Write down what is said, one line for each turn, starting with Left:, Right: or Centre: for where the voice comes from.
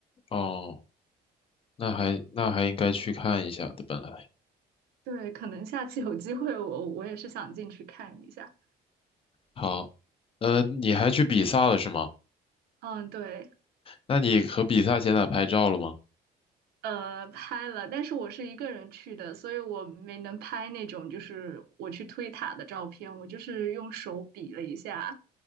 Left: 哦，那还那还应该去看一下的，本来。
Right: 对，可能下次有机会我我也是想进去看一下。
Left: 好，呃，你还去比萨了是吗？
Right: 嗯，对。
Left: 那你和比萨现在拍照了吗？
Right: 呃，拍了，但是我是一个人去的，所以我没能拍那种就是我去推塔的照片，我就是用手比了一下，